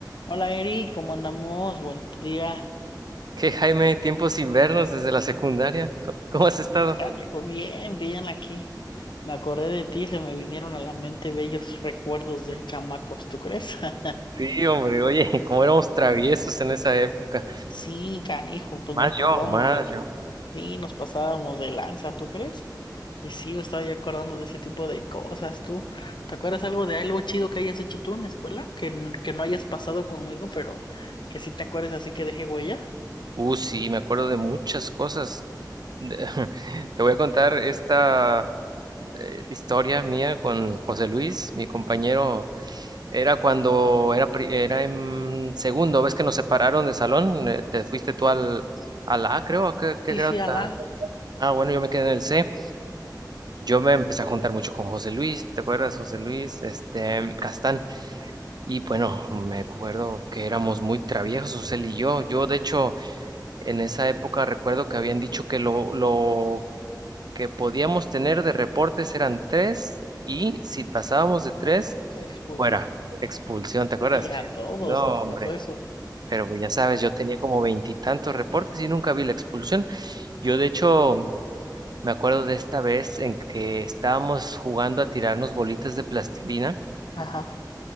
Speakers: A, on the left; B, on the right.
A: Hola Eri, ¿cómo andamos? Bonito día.
B: ¿Qué, Jaime? Tiempo sin vernos desde la secundaria. Co- ¿Cómo has
A: Sí,
B: estado?
A: canijo, bien, bien aquí. Me acordé de ti, se me vinieron a la mente bellos recuerdos de chamacos, ¿tú crees? <laughs>
B: Sí, hombre, oye, <laughs> cómo éramos traviesos en esa época.
A: Sí, canijo, pues
B: Más
A: nos pasábamos
B: yo, más
A: de,
B: yo.
A: sí, nos pasábamos de lanza, ¿tú crees? Y sí, me estaba ya acordando de ese tipo de cosas, tú. ¿Te acuerdas algo de algo chido que hayas hecho tú en la escuela? Que, n- que no hayas pasado conmigo, pero que sí te acuerdes así que deje huella.
B: Uh, sí, me acuerdo de muchas cosas. De- <laughs> Te voy a contar esta eh, historia mía con José Luis, mi compañero. Era cuando era, pri- era en segundo, ves que nos separaron de salón, Eh, te fuiste tú al, al A, creo, ¿a qué, qué
A: Sí,
B: grado?
A: sí, a
B: ta-
A: la
B: Ah, bueno, yo me quedé en el C. Yo me empecé a juntar mucho con José Luis, ¿te acuerdas, José Luis? Este, Castán. Y bueno, me acuerdo que éramos muy traviesos, él y yo. Yo, de hecho, en esa época recuerdo que habían dicho que lo, lo que podíamos tener de reportes eran tres y si pasábamos de tres,
A: expulsión.
B: fuera, expulsión, ¿te acuerdas?
A: Sí, a todos
B: No,
A: nos pasó
B: hombre,
A: eso.
B: pero pues ya sabes, yo tenía como veintitantos reportes y nunca vi la expulsión. Yo, de hecho, me acuerdo de esta vez en que estábamos jugando a tirarnos bolitas de plastilina
A: Ajá,